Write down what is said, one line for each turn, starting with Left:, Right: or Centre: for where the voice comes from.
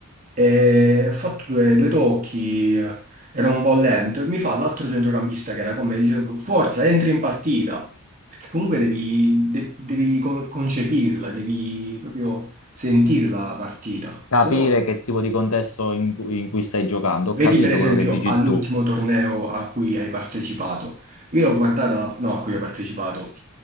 Right: E ho fatto due, due tocchi, eh, ero un po' lento, e mi fa l'altro centrocampista che era con me, dice, forza, entri in partita, perché comunque devi, de- devi con- concepirla, devi proprio sentirla la partita,
Left: Capire
Right: se no,
Left: che tipo di contesto in cui in cui stai giocando,
Right: vedi
Left: ho capito
Right: per esempio
Left: quello che dici
Right: all'ultimo
Left: tu,
Right: torneo a cui hai partecipato, io l'ho guardata, no, a cui hai partecipato,